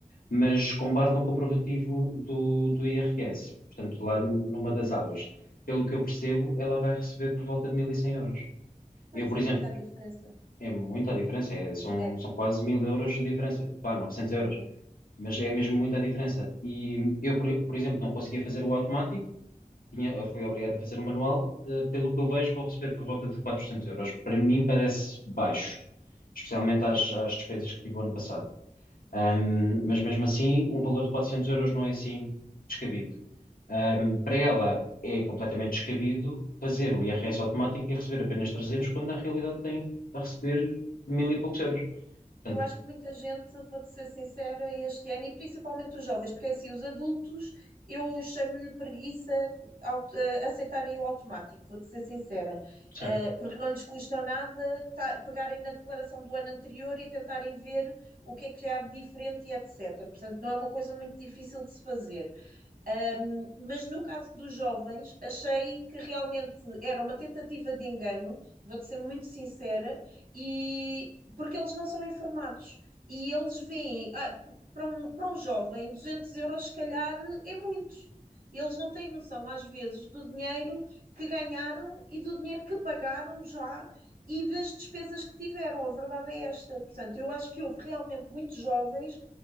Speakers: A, on the left; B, on the right.
A: mas com base no comprovativo do, do IRS, portanto, lá n- numa das abas. Pelo que eu percebo, ela vai receber por volta de 1.100 euros.
B: pois
A: Eu, por
B: é,
A: exemplo,
B: muita diferença.
A: é muita a diferença, é- são,
B: É,
A: são quase 1.000 euros de diferença, pá, 900 euros,
B: sim.
A: mas é mesmo muita a diferença. E eu, por, por exemplo, não conseguia fazer o automático, tinha, fui obrigado a fazer o manual, eh, pelo que eu vejo, vou receber por volta de 400 euros. Para mim parece baixo, especialmente às, às despesas que tive o ano passado. Ahm, mas mesmo assim, um valor de 400 euros não é assim descabido. Ahm, para ela é completamente descabido fazer o IRS automático e receber apenas 300, quando na realidade tem a receber mil e poucos euros. Portanto,
B: Eu acho que muita gente, vou-te ser sincera, este ano, e principalmente os jovens, porque é assim, os adultos, eu chamo-lhe preguiça aut- eh, aceitarem o automático, vou-te ser sincera,
A: certo,
B: Eh, porque não lhes custa nada ta- pegarem na declaração do ano anterior e tentarem ver o que é que há de diferente e etc. Portanto, não é uma coisa muito difícil de se fazer. Um, mas no caso dos jovens, achei que realmente era uma tentativa de engano, vou-te ser muito sincera, e porque eles não são informados. E eles veem, ah, para um, para um jovem, 200 euros se calhar é muito. Eles não têm noção, às vezes, do dinheiro que ganharam e do dinheiro que pagaram já e das despesas que tiveram. A verdade é esta. Portanto, eu acho que houve realmente muitos jovens.